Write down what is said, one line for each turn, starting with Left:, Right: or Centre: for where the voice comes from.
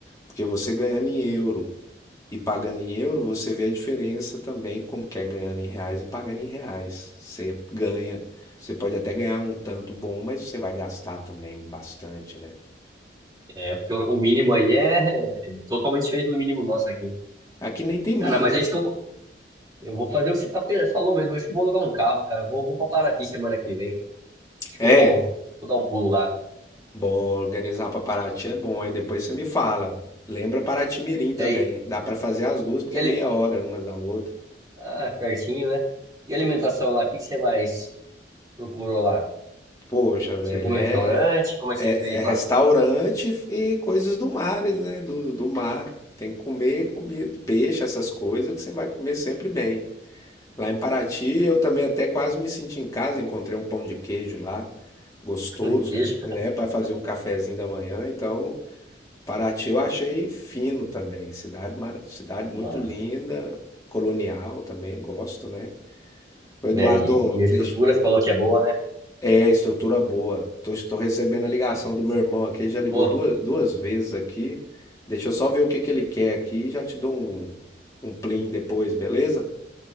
Left: Porque você ganhando em euro e pagando em euro, você vê a diferença também, como que é ganhando em reais e pagando em reais. Você ganha, você pode até ganhar um tanto bom, mas você vai gastar também bastante, né?
Right: É, porque o o mínimo aí é é totalmente diferente do mínimo nosso aqui.
Left: Aqui nem tem mínimo.
Right: Cara, mas é isso que eu, eu vou fazer o que você tá, pe- falou mesmo. É que eu vou alugar um carro, cara. Eu Vou, vou pra Paraty semana que vem. Acho
Left: É,
Right: que eu vou, vou dar um pulo lá.
Left: bom, organizar para Paraty é bom, aí depois você me fala. Lembra Paraty-Mirim também.
Right: Daí,
Left: Dá para fazer as duas, porque
Right: e
Left: é
Right: ali,
Left: meia hora uma da outra.
Right: ah, pertinho, né? E alimentação lá, o que que você mais procurou lá?
Left: Poxa,
Right: Você
Left: velho,
Right: comeu
Left: é,
Right: em restaurante? Como é que
Left: é,
Right: você fez
Left: é restaurante
Right: lá?
Left: e coisas do mar, né? Do, do mar. Tem que comer, comer peixe, essas coisas que você vai comer sempre bem. Lá em Paraty, eu também até quase me senti em casa, encontrei um pão de queijo lá, gostoso,
Right: <laughs> Pão de queijo?
Left: né, para fazer um cafezinho da manhã. Então, Paraty eu achei fino também, cidade, mara- cidade
Right: Mas,
Left: muito linda, colonial também, gosto, né? O Eduardo,
Right: né? E, e a estrutura,
Left: deixa,
Right: você falou que é boa, né?
Left: é estrutura boa. Tô, tô recebendo a ligação
Right: Tá aqui.
Left: do meu irmão aqui, ele já ligou
Right: Ô,
Left: duas, duas vezes aqui. Deixa eu só ver o que que ele quer aqui e já te dou um, um plim depois, beleza?